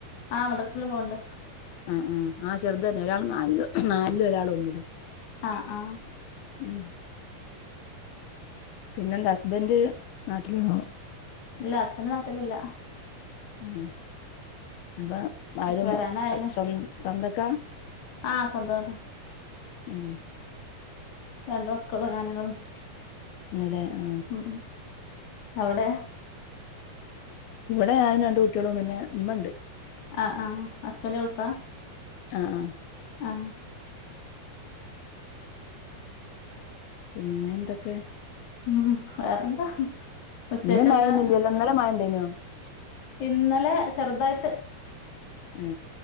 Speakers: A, on the left; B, on the left.
A: ആ മദ്രാസില് പോവ്ണ്ട്
B: ആ ആ ആ ചെറുത തന്നെ ഒരാൾ നാലില് നാല് ഒരാള ഒന്നിലും
A: ആ ആ
B: ഉം പിന്നെന്തസ് ഹസ്ബന്റ നാട്ടിലാണോ
A: ഇല്ല ഹസ്ബന്ഡ് നാട്ടിലില്ല.
B: ഉം അപ്പൊ ആരും
A: വരാനായിണ്
B: സ്വന്ത സ്വന്തക്കാ?
A: ആ സ്വന്തം വീടാ
B: ഉം
A: രണ്ട് മക്കളും ഞാനന്നെ ഒള്ളൂ
B: ഇന്നലെ ആ
A: അവിടെ
B: ഇവിടെ ഞാനും രണ്ട് കുട്ടിയേളും പിന്നെ ഉമ്മ ണ്ട്.
A: ആ ആ ഹസ്ബൻഡ് ഗൾഫാ?
B: ആ ആ
A: ആ
B: പിന്നെ എന്തൊക്കെ
A: ഉം വേറെന്താ. ഉച്ചക്കെന്താ
B: ഇന്ന് മഴൊന്നും ഇല്ലല്ലോ ഇന്നലെ മഴണ്ടേനോ..
A: ഇന്നലെ ചെറുതായിട്ട്
B: എ